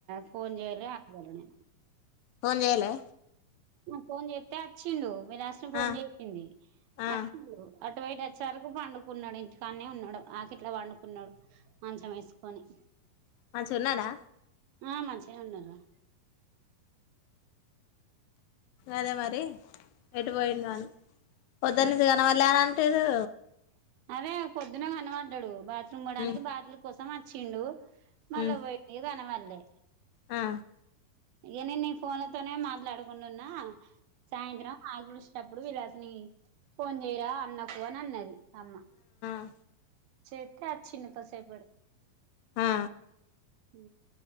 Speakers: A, on the right; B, on the left.
A: ఫోన్ చేయలే అాల నే
B: ఫోన్ చేయలే
A: ఫోన్ చేత్తే అచ్చిండు విళష్ట్రం ఫోన్
B: ఆ
A: చేసింది
B: ఆ
A: అచ్చిండు అటు బయట వచ్చే వరకు పండుకున్నాడు ఇంటికానే ఉన్నాడు ఆకిట్లా పండుకున్నాడు మంచం వేసుకొని
B: మంచి గున్నాడా
A: ఆ మంచిగానే ఉన్నార్రా
B: అదే మరి ఎటుపోయిందో అని పొద్దునుంచి
A: ఇగ
B: కనపల్ల అని అఅంటుర్రు
A: అదే పొద్దున కనపడ్డాడు బా తృమ్మడానికి
B: ఉమ్
A: బాటలు కోసం వచ్చిండు మళ్ళ
B: ఉమ్
A: పోయి గనబడ్ల లే
B: ఆ
A: ఇ న నీ ఫోన్లతోనే మాట్లాడుకుంటున్నా. సాయంత్రం ఆ గుడిష్ తప్పుడు విలాసిని ఫోన్ చేయరా అన్నకు అని అన్నది అమ్మ
B: అ
A: చెప్పే అచ్చిన కాసేపడు
B: ఆ
A: హు